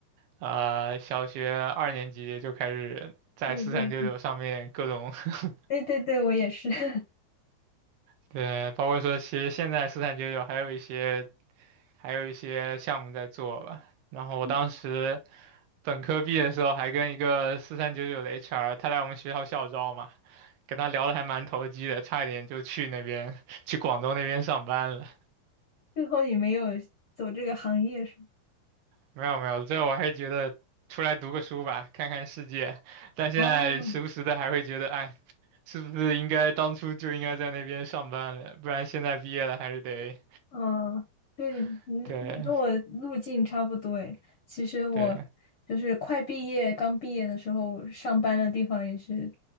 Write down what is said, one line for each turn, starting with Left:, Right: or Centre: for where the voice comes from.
Right: 呃小学二年级就开始在四三九九上面各种
Left: 对对对
Right: <laughs>
Left: 对对对，我也是，<laughs>
Right: 对，包括说，其实现在四三九九还有一些还有一些项目在做吧。然后我当时
Left: 嗯
Right: 本科毕业的时候，还跟一个四三九九的 HR，他来我们学校校招嘛，跟他聊的还蛮投机的，差一点就去那边 <laughs> 去广东那边上班了。
Left: 最后也没有走这个行业是吗？
Right: 没有没有，最后我还是觉得出来读个书吧，看看世界。但现在时不时的还会觉得，
Left: 哦
Right: 哎，是不是应该当初就应该在那边上班了？不然现在毕业了还是得
Left: 嗯，对，的，
Right: <laughs>
Left: 你你跟我路径差不多诶。
Right: 对，
Left: 其实我
Right: 对
Left: 就是快毕业，刚毕业的时候上班的地方也是